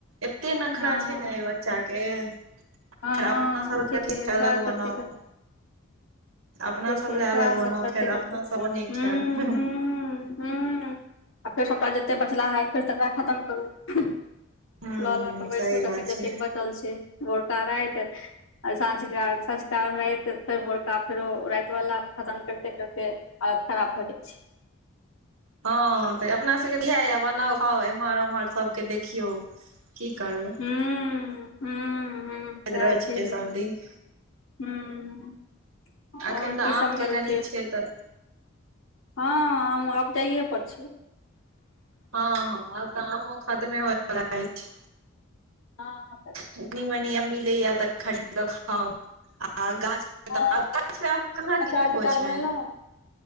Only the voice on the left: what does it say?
हँ
हँ
ठीके
सएह
करते करते
ठीके
सैह
सब
करते
करते
हूं
हूं। हूं आ फेर सबटा जत्ते बचलाहा ऐ फेर तकरा खतम करू।
लऽ लऽ कऽ बैसू
तखनि
जतेक
बचल छै भोरका राति आ सांझका संझका राति फेर भोरका फेरो राति वला। खतम करिते करिते हालत खराब भऽ जाइ छै।
हूं। हूं हूं सैह
छैेहे
हूं।
और
की सब
<unintelligible>
छै।
हँ हमुं आब जाइए पर छी।
हँ।
हँ,
अचार
तचार
बनेलहुँ